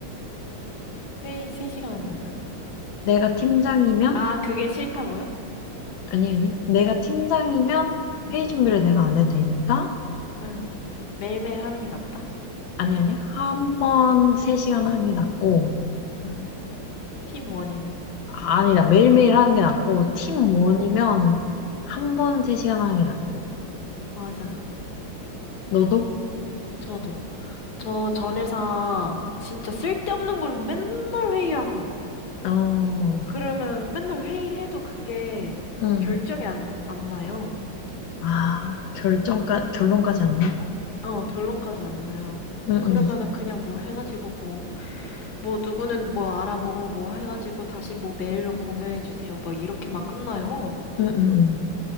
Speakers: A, on the left; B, on the left.
A: 회의 3시간 한다고요?
B: 내가 팀장이면,
A: 아, 그게 싫다고요?
B: 아니, 아니. 내가 팀장이면
A: 응.
B: 회의 준비를 내가 안 해도 되니까,
A: 응. 매일매일 하는 게 낫다?
B: 아니, 아니. 한 번 세시간 하는 게 낫고,
A: 응 팀 원이면.
B: 아, 아니다. 매일매일 하는 게 낫고, 팀원이면
A: 응,
B: 한 번 세시간 하는 게 낫고.
A: 맞아.
B: 너도?
A: 저도. 저 전 회사 진짜 쓸데없는 걸로 맨날 회의하고.
B: 어,
A: 그러면 맨날 회의해도 그게
B: 응,
A: 결정이 안, 안 나요.
B: 아, 결정까, 결론까지 안 나?
A: 어, 결론까지 안 나요.
B: 응,
A: 그러면은
B: 응,
A: 그냥 뭐 해가지고 뭐, 뭐 누구는 뭐 알아보고 뭐 해가지고 다시 뭐 메일로 공유해주세요. 뭐 이렇게만 끝나요.
B: 응, 응, 응.